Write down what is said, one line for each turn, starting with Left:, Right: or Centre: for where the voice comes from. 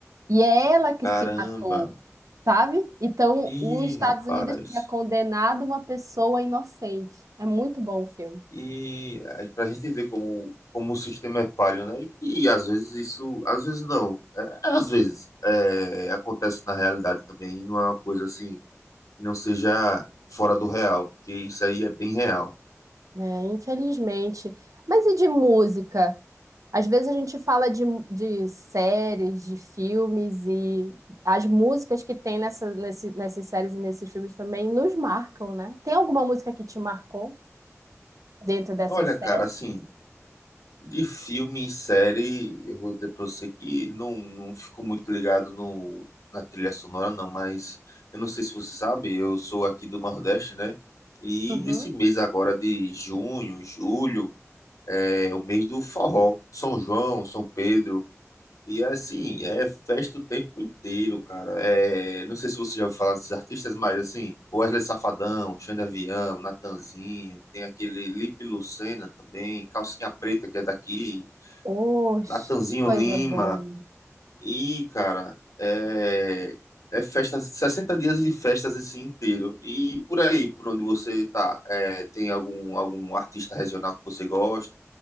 Right: E é ela que
Left: Caramba.
Right: se matou, sabe? Então,
Left: Ih,
Right: os Estados
Left: rapaz.
Right: Unidos tinha condenado uma pessoa inocente. É muito bom o filme,
Left: E para a gente ver como, como o sistema é falho, né? E que às vezes isso, às vezes não, é, é às vezes é, acontece na realidade também, e não é uma coisa assim, que não seja fora do real, porque isso aí é bem real.
Right: né? Infelizmente. Mas e de música? Às vezes a gente fala de, de séries, de filmes, e as músicas que tem nessa, nesse, nessas séries e nesses filmes também nos marcam, né? Tem alguma música que te marcou dentro dessas
Left: Olha,
Right: séries?
Left: cara, assim, de filme e série, eu vou dizer pra você que não, não fico muito ligado no, na trilha sonora, não, mas eu não sei se você sabe, eu sou aqui do Nordeste, né? E
Right: Uhum.
Left: nesse mês agora de junho, julho, é o mês do forró, São João, São Pedro. E assim, é festa o tempo inteiro, cara. É, não sei se você já ouviu falar desses artistas, mas assim, Wesley Safadão, Xande Avião, Natanzinho, tem aquele Lipe Lucena também, Calcinha Preta, que é daqui,
Right: Oxe,
Left: Natanzinho
Right: coisa
Left: Lima.
Right: boa.
Left: E, cara, é, é festa, 60 dias de festas assim inteiro. E por aí, por onde você tá, é, tem algum, algum artista regional que você gosta?